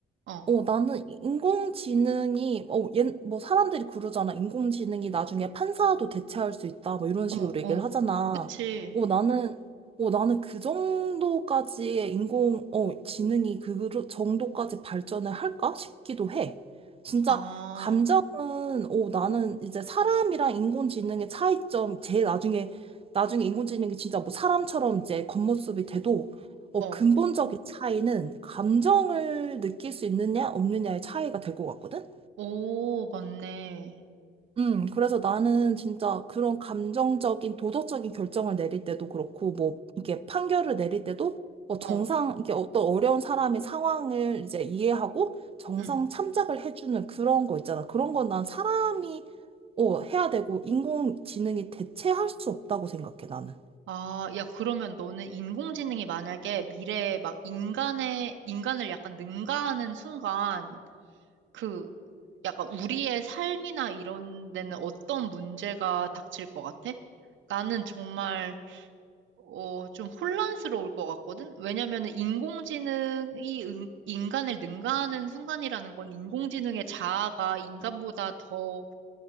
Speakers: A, on the right (about 70°); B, on the right (about 30°).
A: 어.
B: 어, 나는 인공지능이, 어, 옛, 뭐, 사람들이 그러잖아. 인공지능이 나중에 판사도 대체할 수 있다. 뭐, 이런 식으로
A: 어,
B: 얘기를
A: 어.
B: 하잖아.
A: 그치.
B: 어, 나는, 어, 나는 그 정도까지의 인공, 어, 지능이 그 정도까지 발전을 할까 싶기도 해. 진짜,
A: 아,
B: 감정은, 어, 나는 이제 사람이랑 인공지능의 차이점, 제일 나중에, 나중에 인공지능이 진짜 뭐 사람처럼 이제 겉모습이 돼도 어,
A: 어.
B: 근본적인 차이는 감정을 느낄 수 있느냐, 없느냐의 차이가 될 것 같거든?
A: 오, 맞네.
B: 음, 그래서 나는 진짜 그런 감정적인, 도덕적인 결정을 내릴 때도 그렇고, 뭐, 이게 판결을 내릴 때도, 어, 정상,
A: 어,
B: 이게 어떤 어려운 사람의 상황을 이제 이해하고, 정상
A: 음.
B: 참작을 해주는 그런 거 있잖아. 그런 건 난 사람이, 어, 해야 되고, 인공지능이 대체할 수 없다고 생각해, 나는.
A: 아, 야, 그러면 너는 인공지능이 만약에 미래에 막 인간의, 인간을 약간 능가하는 순간, 그, 약간 우리의 삶이나 이런 데는 어떤 문제가 닥칠 것 같아? 나는 정말 어, 좀 혼란스러울 것 같거든? 왜냐면은 인공지능이 응- 인간을 능가하는 순간이라는 건 인공지능의 자아가 인간보다 더,